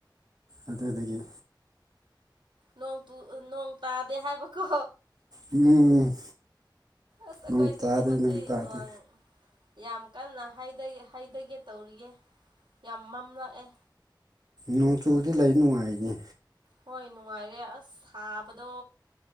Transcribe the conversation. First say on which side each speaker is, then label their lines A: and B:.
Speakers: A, on the right; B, on the right.
A: ꯑꯗꯕꯤꯒꯤ
B: ꯅꯣꯡꯇꯨ ꯑ ꯅꯣꯡ ꯇꯥꯗꯦ ꯍꯥꯏꯕꯀꯣ
A: ꯎꯝ
B: ꯑꯁ ꯑꯩꯈꯣꯏꯗꯨꯗꯤ
A: ꯅꯣꯡ ꯇꯥꯗꯦ
B: ꯍꯧꯖꯤꯛ
A: ꯅꯣꯡ ꯇꯥꯗꯦ
B: ꯅ‍꯭ꯋꯥꯡ ꯌꯥꯝ ꯀꯟꯅ ꯍꯩꯗꯩ ꯍꯩꯗꯒꯦ ꯇꯧꯔꯤꯌꯦ ꯌꯥꯝ ꯃꯝꯂꯛꯑꯦ
A: ꯅꯣꯡꯆꯨꯕꯗꯤ ꯂꯩ ꯅꯨꯡꯉꯥꯏꯅꯤ
B: ꯍꯣꯏ ꯅꯨꯡꯉꯥꯏꯔꯦ ꯑꯁ ꯁꯥꯕꯗꯣ